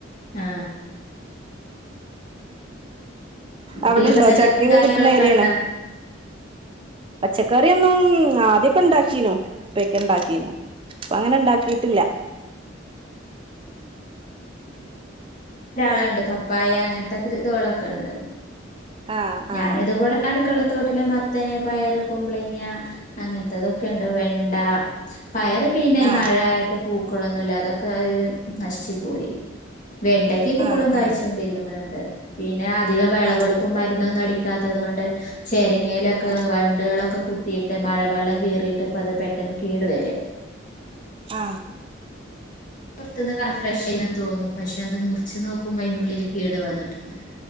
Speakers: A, on the left (about 40°); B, on the right (about 25°).
A: ആ വീട്ടില്
B: അവിടെണ്ടോ
A: പച്ചക്കറിയും
B: ചക്കയൊക്കെ
A: കാര്യങ്ങളൊക്കെ
B: കിട്ടണ ഏരിയാണ്
A: ഉണ്ടോ?
B: പച്ചക്കറി ഒന്നും ആദ്യൊക്കെ ഉണ്ടാക്കീനു ഇപ്പൊക്കെ ഉണ്ടാക്കീന്നു അപ്പൊ അങ്ങനെ ഇണ്ടാക്കിട്ടില്ല
A: ളുണ്ട് പപ്പായ അങ്ങനത്തെ ഇതളൊക്കെ ഉണ്ട്
B: ആഹ്
A: ഞാന്
B: ആഹ്
A: ഇതുപോലെ അടുക്കള തോട്ടിൽ മത്തന്, പയറ്, കുമ്പളിങ്ങ, അങ്ങനത്തെതൊക്കെയുണ്ട് വെണ്ട പയറ് പിന്നെഈ
B: ആഹ്
A: മഴ ആയപ്പോ പൂക്കളൊന്നുമല്ല അതൊക്കെ ഒരു നശിച്ചു പോയി വെണ്ടക്കൊക്കെ എപ്പളും
B: ആഹ് ആഹ്
A: കഴച്ച്
B: ആഹ്
A: കൊണ്ടി ഇരിക്കണണ്ട് പിന്നെ അധികം വിളവെടുപ്പ്
B: ആഹ്
A: ഒന്നും അടിക്കാത്തതുകൊണ്ട് ചെരങ്ങലൊക്കെ
B: ആഹ്
A: വണ്ടുകളൊക്കെ കുത്തിയിട്ട് മഴവെള്ളം കീറിയിട്ട് ഇപ്പ അത് പെട്ടെന്ന് കേടു വരം
B: ആ
A: പുറത്തുന്ന് ഫ്രഷ് തോന്നുന്നു പക്ഷെ അത് മുറിച്ച് നോക്കു മ്മം ഉള്ളിൽ കേട് വന്നിട്ടുണ്ട്